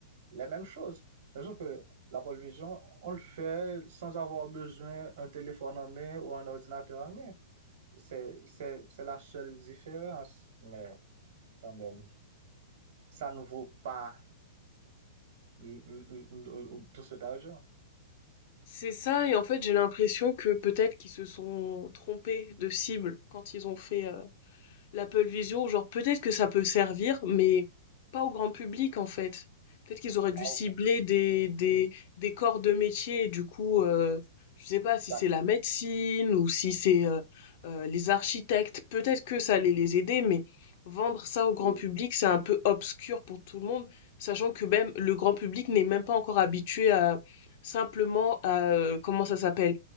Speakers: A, on the right; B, on the left.
A: les mêmes choses. Mais sauf que la pole vision, on le fait sans avoir besoin d'un téléphone en main ou un ordinateur en main. C'est, c'est, c'est la seule différence. Mais quand même, ça ne vaut pas l- l- l- l- tout cet argent.
B: C'est ça, et en fait, j'ai l'impression que peut-être qu'ils se sont trompés de cible quand ils ont fait, euh, L'Apple Vision, genre peut-être que ça peut servir, mais pas au grand public en fait. Peut-être qu'ils auraient dû
A: Ah,
B: cibler des, des, des corps de métier, du coup, euh, je sais pas
A: Exactement,
B: si c'est la médecine ou si c'est euh, euh, les architectes, peut-être que ça allait les aider, mais vendre ça au grand
A: Oui,
B: public, c'est un peu obscur pour tout le monde, sachant que même le grand public n'est même pas encore habitué à simplement à, euh, comment ça s'appelle,